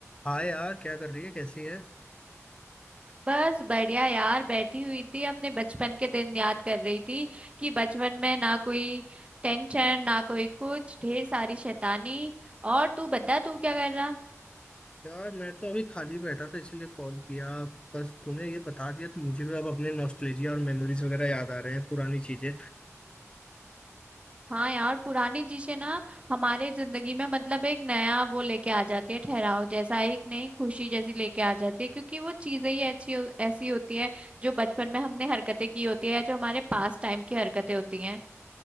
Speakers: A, on the left; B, on the right.
A: हाँ यार क्या कर रही है कैसी है
B: बस बढ़िया यार बैठी हुई थी अपने बचपन के दिन याद कर रही थी कि बचपन में ना कोई टेंशन ना कोई कुछ ढेर सारी शैतानी और तू बता तू क्या कर रहा
A: यार मैं तो अभी खाली बैठा था इसीलिए कॉल किया बस तूने ये बता दिया तो मुझे भी अब अपने नॉस्टैल्जिया और मेमोरीज वगैरह याद आ रहे हैं पुरानी चीजें
B: हाँ यार पुरानी चीजें ना हमारे जिंदगी में मतलब एक नया वो लेके आ जाती है ठहराव जैसा एक नई खुशी जैसी लेके आ जाती है क्योंकि वो चीजें ही अच्छी ऐसी होती हैं जो बचपन में हमने हरकतें की होती है या जो हमारे पास टाइम की हरकतें होती हैं